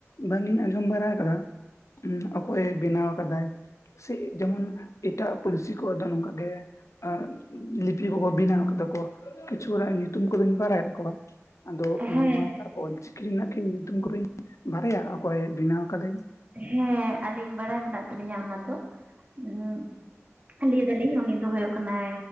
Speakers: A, on the left (about 80°); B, on the right (about 35°).
A: ᱵᱟᱝ ᱤᱧ ᱟᱸᱡᱚᱢ ᱵᱟᱨᱟ ᱟᱠᱟᱫᱟ ᱚᱠᱚᱭᱮ ᱵᱮᱱᱟᱣ ᱟᱠᱟᱫᱟᱭ ᱥᱮᱜ ᱡᱮᱢᱚᱱ ᱮᱴᱟᱜ ᱯᱟᱹᱨᱥᱤ ᱠᱚᱣᱟᱜ ᱫᱚ ᱱᱚᱝᱠᱟ ᱜᱮ ᱟᱜ ᱞᱤᱯᱤ ᱠᱚᱠᱚ ᱵᱮᱱᱟᱣ ᱠᱟᱫᱟ ᱠᱚ ᱠᱤᱪᱷᱩ ᱦᱚᱲᱟᱜ ᱧᱩᱛᱩᱢ ᱠᱚᱫᱚᱧ ᱵᱟᱲᱟᱭ ᱛᱟᱠᱚᱣᱟ ᱟᱫᱚ
B: ᱦᱮᱸ
A: ᱱᱚᱣᱟ ᱴᱟᱜ ᱚᱞᱪᱤᱠᱤ ᱨᱮᱱᱟᱜ ᱠᱤ ᱧᱩᱛᱩᱢ ᱠᱚᱵᱤᱱ ᱵᱟᱨᱟᱭᱟ ᱚᱠᱚᱭ ᱵᱮᱱᱟᱣ ᱟᱠᱟᱫᱟᱭ
B: ᱦᱮᱸ ᱟᱹᱞᱤᱧ ᱵᱟᱲᱟᱭ ᱢᱮᱱᱟᱜ ᱛᱟᱹᱞᱤᱧᱟ ᱚᱱᱟ ᱫᱚ ᱩᱸ ᱞᱟᱹᱭ ᱫᱟ‌ ᱞᱤᱧ ᱩᱱᱤ ᱫᱚ ᱦᱩᱭᱩᱜ ᱠᱟᱱᱟᱭ